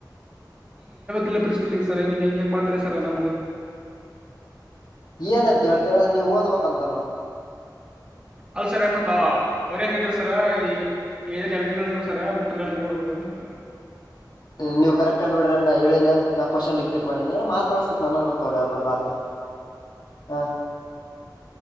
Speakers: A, on the right; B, on the left.
A: ಇಲ್ಲ ಪ್ರಿಸ್ಪಲ್ ಸರ್ಗೆಂಗ ಮಾತ್ರ ಸರ್ ನ
B: ಏನಂತೇತಳ ನೀವ್ ಓದ್ಬೇಕಂತನ
A: ಅಲ್ ಸರ ಮತ್ ಅವ್ರ ಹೇಂಗಿದ್ರ ಸರ ಈ ಎಲ್ರಿಗಳು ಸರ ಮುಟ್ಟ್ರ ಎಡರಿ ಬಿಡಬೇಕ
B: ನೀವು ಕರೆಕ್ಟ್ಾಗಿ ನೋಡರಿ ನಾ ಹೇಳೇ ನಾ ಕ್ವಶನ್ ಡಿಕ್ಟೇಟ್ ಮಾಡೀಿಏ ಮಾತ ಮನತ ಅವಬ ಬತ ಹ